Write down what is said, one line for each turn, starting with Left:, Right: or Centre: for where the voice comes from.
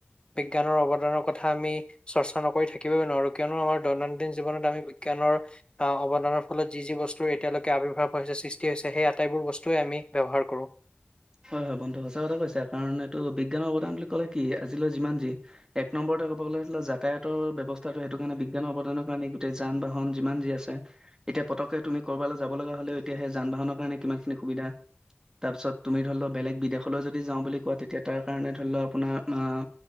Left: বিজ্ঞানৰ অানৰ কথা আমি চৰ্চা নক থাকিব নোৱাৰো কিয়নো আমাৰ দৈনন্দিন জীৱনত আমিজ্ানৰ আহ অৱদানৰ ফলত যি যি বস্তু এতিয় আৱবিৰ্ভাৱ হৈছে সৃষ্টি হৈছে সেই আটাইবোৰ বস্তুৱে আমি ব্যৱহাৰ কৰোঁ।
Right: হয় হয় বন্ধু সঁচা কথা কৈছো কাৰণ এইটো বিজ্ঞানৰ অৱদান বুলি ক'লে কি আজিলৈ যিমান যি এক নম্বৰ ক'ব গছিল যাতায়াতৰ ব্যৱস্থাটো সেইটো কাৰণে বিজ্ঞানৰ অৱদানৰ কাৰণে গোটেই যান বাহন যিমান যি আছে। এতিয়া পতকে তুমি ক'ৰবালৈ যাব লগা হ'লেও এতিয়া সেই যান বাহনৰ কাৰণে কিমান খিনি সুবিধা, তাৰপিছত তুমি ধৰি লও বেলেগ বিদেশলৈ যদি যাওঁ বুলি কোৱা তেতিয়া তাৰ কাৰণে ধৰি লও আপোনাৰ আহ,